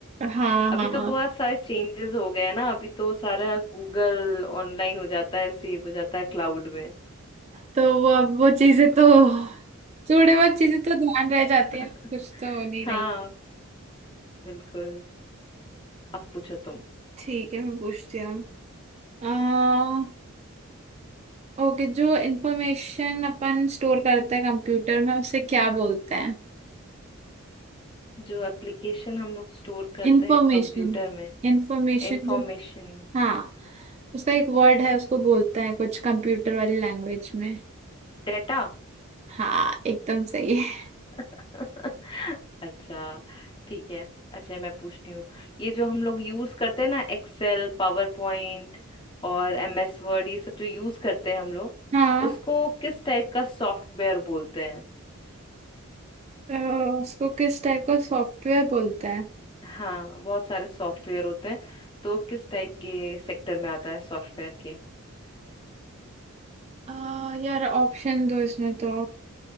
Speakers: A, on the right; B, on the left.
A: हाँ
B: अभी
A: हाँ
B: तो बहुत सारे चेंजेस हो गए हैं ना अभी तो सारा गूगल ऑनलाइन हो जाता है सेव हो जाता है क्लाउड में
A: तो वो अब वो चीजें तो थोड़े बहुत चीजें तो ध्यान रह जाती
B: <laughs>
A: है कुछ तो हो नहीं रही
B: हाँ बिल्कुल अब पूछो तुम
A: ठीक है मैं पूछती हूँ अह ओके जो इंफॉर्मेशन अपन स्टोर करते हैं कंप्यूटर में उसे क्या बोलते हैं
B: जो एप्लीकेशन हम लोग स्टोर करते
A: इंफॉर्मेशन
B: हैं कंप्यूटर में
A: इंफॉर्मेशन
B: इंफॉर्मेशन
A: जो हाँ उसका एक वर्ड है उसको बोलते हैं कुछ कंप्यूटर वाली लैंग्वेज में
B: डेटा
A: हाँ एकदम सही है
B: <laughs> अच्छा ठीक है अच्छा मैं पूछती हूँ ये जो हम लोग यूज करते हैं ना एक्सेल पावर पॉइंट और एम एस वर्ड ये सब जो यूज करते हैं हम लोग
A: हाँ
B: उसको किस टाइप का सॉफ्टवेयर बोलते हैं
A: अ, उसको किस टाइप का सॉफ्टवेयर बोलते हैं
B: हाँ बहुत सारे सॉफ्टवेयर होते हैं तो किस टाइप के सेक्टर में आता है सॉफ्टवेयर के
A: अ, यार ऑप्शन दो इसमें तो